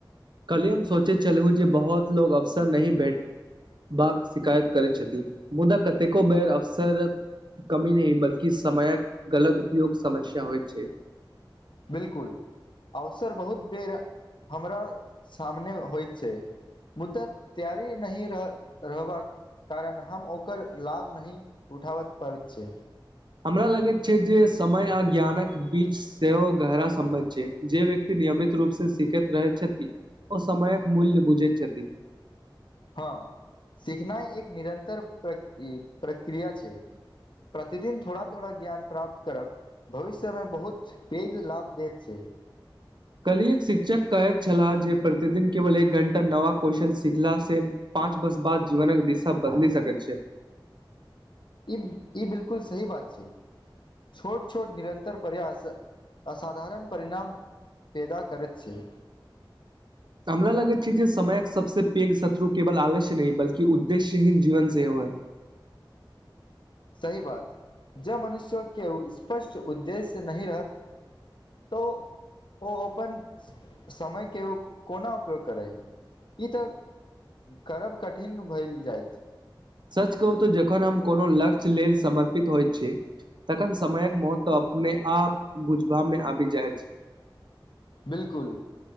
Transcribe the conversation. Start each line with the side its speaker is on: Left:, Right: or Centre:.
Right: कल्हि हम सोचैत छलूं जे बहुत लोग अवसर नही भेट बाक शिकायत करैत छथि मुदा कतेको बेर अवसर कमी नहि बल्कि समयक गलत उपयोग समस्या होइत छै
Left: बिल्कुल अवसर बहुत बेर हमरा सामने होइत छै मुदा तैयारी नहि रह रहबाक कारण हम ओकर लाभ नहि उठाबत पाबैत छियै
Right: हमरा लागैत छै जे समय आ ज्ञानक बीच सेहो गहरा सम्बन्ध छै जे व्यक्ति नियमित रूप से सीखैत रहैत छथि ओ समयक मूल्य बुझैत छथि
Left: हँ सीखनाइ एक निरन्तर प्र इ प्रक्रिया छै प्रतिदिन थोड़ा थोड़ा ज्ञान प्राप्त करब भविष्य मे बहुत पैघ लाभ देैत छै
Right: कल्हि एक शिक्षक कहैत छलाह जे प्रतिदिन केवल एक घण्टा नवा क्वेश्चन सिखलासँ पाँच वर्ष बाद जीवनक दिशा बदली सकैत छै
Left: ई ई बिलकुल सही बात छै छोट छोट निरन्तर प्रयास आ साधारण परिणाम पेदा करत छै
Right: हमरा लागैत छै जे समयक सबसँ पैघ शत्रु केवल आलस्य नहि बल्कि उद्देश्य हीन जीवन सेहो है
Left: सही बात जब मनुष्य केओ स्पष्ट उद्देश्य नहि रहत त ओ ओ अपन समयके ओ कोना उपयोग करै ई तऽ करब कठिन भैल जायत
Right: सच कहूं तऽ जखन हम कोनो लक्ष्य लेल समर्पित होइत छी तखन समयक महत्व अपने आप बुझबा मे आबि जाय छै
Left: बिल कुल